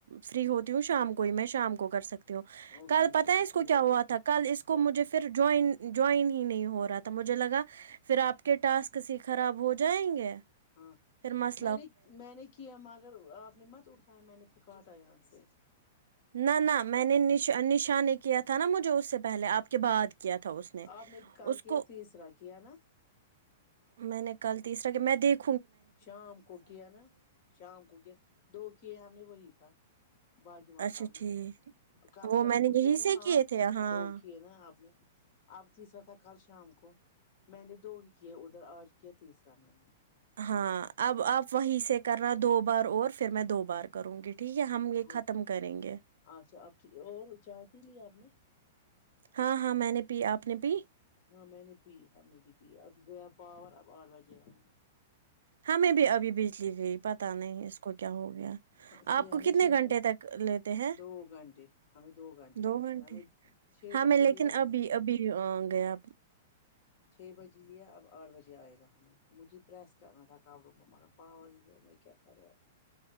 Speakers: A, on the right; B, on the left.
A: فری ہوتی ہوں شام کو ہی میں شام کو کر سکتی ہوں ہوں
B: اوکے
A: کل پتہ
B: ٹھیک
A: ہے اس کو کیا
B: وہ
A: ہوا تھا کل اس
B: کیا
A: کو مجھے پھر جوائن جوائن ہی نہیں ہو رہا تھا مجھے لگا پھر آپ کے ٹاسک خراب ایسے ہو جائیں گے
B: ہاں
A: پھر مست
B: میں نے میں نے کیا مگر آپ نے مت اٹھایا میں نے پھر کاٹا یہاں سے
A: نہ نہ میں نے نشان نے نشا نے کیا تھا نا مجھے وہ اس سے پہلے آپ کے بات کیا تھا اس نے
B: آپ کال
A: اس
B: کیا
A: کو
B: تیسرا کیا نا
A: میں نے کل تیسرا کہ میں دیکھ
B: شام کو کیا نا شام کو کیا دو کیے ہم نے وہی پر باقی وہا
A: اچھا
B: تھا آپ نے
A: ٹھیک
B: کل
A: وہ
B: شام
A: میں نے
B: کو کیا
A: یہی
B: نا
A: سے کیے
B: آپ
A: تھے ہاں
B: دو کیے نا آپ نے اب تیسرا تھا کل شام کو میں نے دو ہی کیے ادھر آج کیا تیسرا میں نے
A: ہاں اب آپ وہیں سے کر رہا دو بار اور پھر میں دو بار کروں گی ٹھیک ہے ہم یہ
B: اوکے
A: ختم کریں گے
B: اچھا اب کی اور چائے پی لیا آپ نے
A: ہاں ہاں میں نے پی آپ نے پی
B: ہاں میں نے پی ہم نے بھی پی اب گیا پاور اب آٹھ بجے اب
A: ہاں میں بھی ابھی بجلی گئی پتا نہیں اس کو کیا ہو گیا
B: گا چھ
A: آپ کو
B: ہمیں
A: کتنے
B: چھ بجے
A: گھنٹے تک لیتے ہیں
B: دو گھنٹے ہمیں گھنٹے لیتے
A: دو گھنٹے
B: ہمیں چھ
A: ہاں
B: بجے
A: میں لیکن
B: لیا
A: ابھی
B: نا
A: ابھی گیا
B: چھ بجے لیا اب آٹھ بجے آئے گا ہمیں مجھے پریس کرنا تھا کپڑوں کو مگر پاور ہی گیا کیا کرو آب